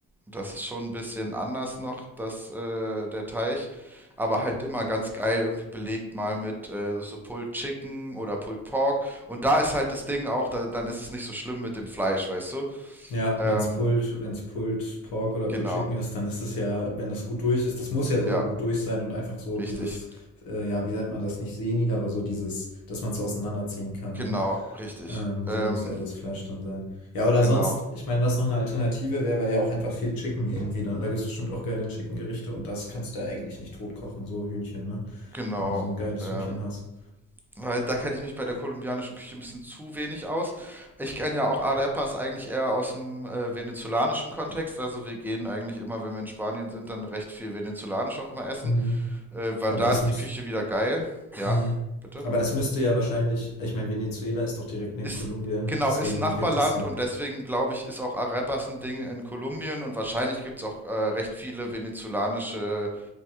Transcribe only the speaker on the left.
Ja,
wenn's Pulled, wenn's Pulled Pork oder Pulled
Chicken ist, dann ist es ja, wenn das gut durch ist, das muss ja sogar
gut durch sein und einfach so dieses,
äh, ja, wie nennt man das, nicht sehniger, aber so dieses, dass man es so auseinanderziehen kann,
ne?
Ähm,
so muss ja das Fleisch dann sein. Ja, oder
sonst, ich meine, was noch eine Alternative wäre, wäre ja auch einfach viel Chicken irgendwie. Da, da gibt es bestimmt auch geile Chicken-Gerichte und das kannst du ja eigentlich nicht tot kochen, so Hühnchen, ne?
Wenn du so ein geiles
Hühnchen hast.
Mhm.
Aber
das
müsste.
Mhm.
Aber das müsste ja wahrscheinlich, ich meine, Venezuela ist doch direkt neben
Kolumbien,
deswegen
wird das ja.